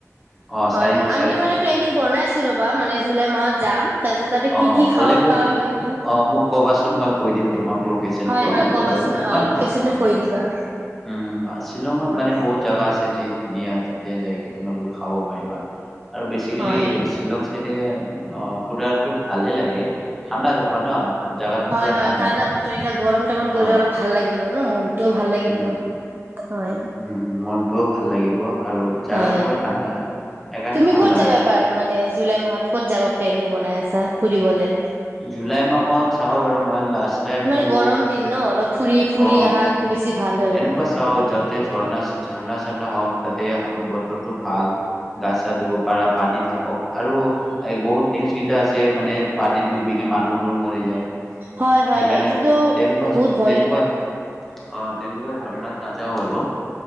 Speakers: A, in the centre; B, on the right (about 40°).
A: অ'
B: হয়
A: চাৰিশ চাৰিশ
B: আমি মানে প্লেনিং বনাইছো ৰবা মানে জুলাই মাহত যাম তাতে তাতে
A: অ
B: কি কি খাব
A: গ'লে মোক
B: পাওঁ সেইটো
A: অ মোক কবাচোন মই কৈ দিম তোমাক লোকেশ্যন
B: হয়
A: টো
B: হয় কবাচোন
A: বাৰু ইমান
B: অ লোকেশচনটো
A: ভাল অ
B: কৈ দিবা
A: উম শ্বিলঙত
B: হয়
A: মানে বহুত জাগা আছে যিহেতু ধুনীয়া তাতে যাইকে তোমালোকে খাব পাৰিবা আৰু বেচিকেলি
B: হয়
A: শ্বিলং চাইড এ অ সুদাত টো ভালে লাগে ঠাণ্ডা জাগা ন জাগাটো
B: হয়
A: পুৰা
B: হয়
A: ঠাণ্ডা
B: বতৰ এতিয়া গৰম টাইমত গ'লে
A: অ
B: অলপ ভাল লাগিব ন মনটোও ভাল লাগিব
A: উম
B: হয়
A: উম মনটো ভাল লাগিব আৰু জাগাটোও
B: হয়
A: ঠাণ্ডা। সেইকাৰণে
B: তুমি
A: ভাল
B: ক'ত
A: লাগে।
B: যাবা এবাৰ মানে জুলাই মাহত ক'ত যাবা প্লেনিং বনাই আছা ফুৰিবলে
A: জুলাই মাহত চাওঁ বাৰু মই লাষ্ট টাইমতো
B: মানে গৰম দিন ন অলপ ফুৰি ফুৰি
A: অ
B: অহাটো বেছি ভাল হয় মানে
A: এনেকুৱা চাও যাতে ঝৰ্ণা ঝৰ্ণা ঝৰ্ণা হওক তে অহা বতৰটো ভাল গা চা ধুব পাৰা পানী থাকক আৰু বহুত নিউজ কেইটা আছে মানে পানীত ডুবিকে মানুহবোৰ মৰি যায়
B: হয় হয়
A: সেইকাৰণে
B: হয় এইটোতো
A: তেনেকুৱা
B: বহুত ভ
A: তেনেকুৱা অ তেনেকুৱা ধৰ্ণাত নাযাওঁ বাৰু